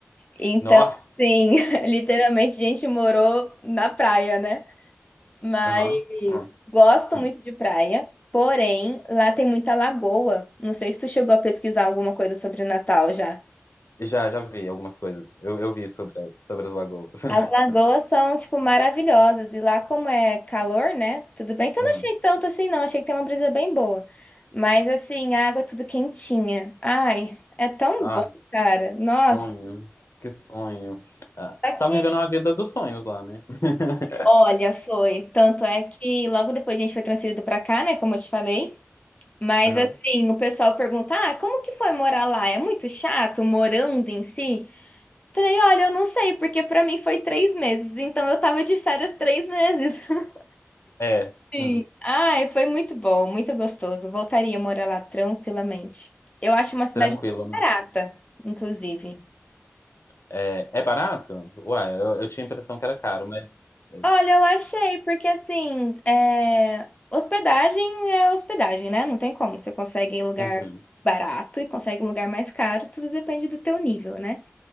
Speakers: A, on the left; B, on the left.
A: Então,
B: Nossa!
A: assim, <laughs> literalmente a gente morou na praia, né? Mas
B: Aham. Hum,
A: gosto
B: hum.
A: muito de praia, porém lá tem muita lagoa. Não sei se tu chegou a pesquisar alguma coisa sobre Natal já.
B: Já, já vi algumas coisas. Eu, eu vi sobre, sobre as lagoas.
A: As lagoas
B: <laughs>
A: são, tipo, maravilhosas. E lá, como é calor, né? Tudo bem que eu
B: Uhum.
A: não achei tanto assim, não. Achei que tem uma brisa bem boa. Mas, assim, a água é tudo quentinha. Ai, é tão
B: Ai,
A: bom, cara.
B: que
A: Nossa.
B: sonho. Que sonho. Ah,
A: Só
B: você tá
A: que
B: vivendo a vida dos sonhos lá, né? <laughs>
A: Olha, foi. Tanto é que logo depois a gente foi transferido pra cá, né? Como eu te falei. Mas
B: Aham.
A: assim, o pessoal pergunta: ah, como que foi morar lá? É muito chato morando em si? Falei: olha, eu não sei, porque pra mim foi três meses. Então eu tava de férias três meses. <laughs>
B: É.
A: Sim.
B: hum.
A: Ai, foi muito bom, muito gostoso. Voltaria a morar lá tranquilamente. Eu acho uma cidade
B: Tranquilo,
A: muito
B: né?
A: barata, inclusive.
B: É, é barato? Uai, eu, eu tinha a impressão que era caro, mas. é,
A: Olha, eu achei, porque assim, é, hospedagem é hospedagem, né? Não tem como. Você consegue em lugar
B: uhum,
A: barato e consegue em lugar mais caro, tudo depende do teu nível, né?